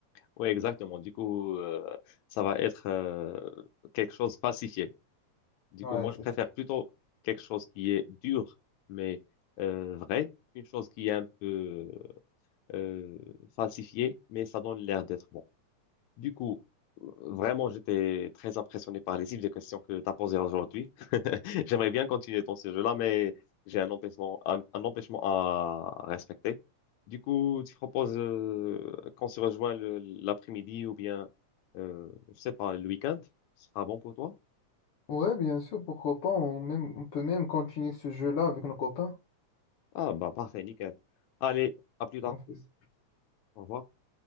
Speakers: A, on the left; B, on the left.
A: Oui, exactement. Du coup, euh, ça va être euh, quelque chose falsifié. Du
B: Ouais,
A: coup, moi,
B: c'est
A: je préfère
B: ça.
A: plutôt quelque chose qui est dur, mais euh, vrai, qu'une chose qui est un peu euh, falsifiée, mais ça donne l'air d'être bon. Du coup, euh, vraiment, j'étais très impressionné par les types de questions que tu as posées aujourd'hui. <laughs> J'aimerais bien continuer dans ce jeu-là, mais j'ai un empêchement, un, un empêchement à respecter. Du coup, tu proposes euh, qu'on se rejoigne le- l'après-midi ou bien, euh, je sais pas, le week-end? Ce sera bon pour toi?
B: Ouais, bien sûr, pourquoi pas, on, même, on peut même continuer ce jeu-là avec nos copains.
A: Ah, bah, parfait, nickel. Allez, à plus tard.
B: En fait.
A: Au revoir.